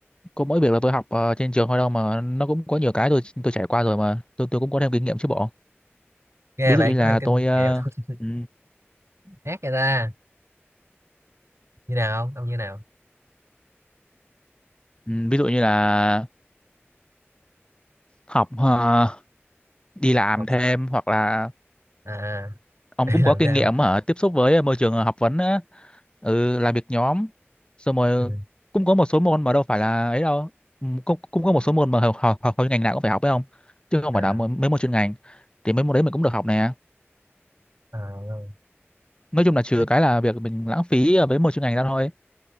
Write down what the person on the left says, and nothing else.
có mỗi việc là tôi học ờ, trên trường thôi đâu mà nó cũng có nhiều cái tôi tôi trải qua rồi mà tôi tôi cũng có thêm kinh nghiệm chứ bộ
ví
dụ như là
tôi ờ,
ừ,
ừ, ví dụ như là học ờ, đi làm
thêm hoặc là
ông
cũng
có kinh
nghiệm ở tiếp xúc với môi trường ờ, học vấn á ừ, làm việc nhóm xong rồi
cũng có một số môn mà đâu phải là ấy đâu Ừ, cũng cũng có một số môn mà học học, học, học ngành nào cũng phải học phải không chứ không
phải là mấy mấy môn chuyên ngành thì mấy môn đấy mình cũng được học nè
nói chung là trừ
cái là việc mình lãng phí ờ, với một chuyên ngành ra thôi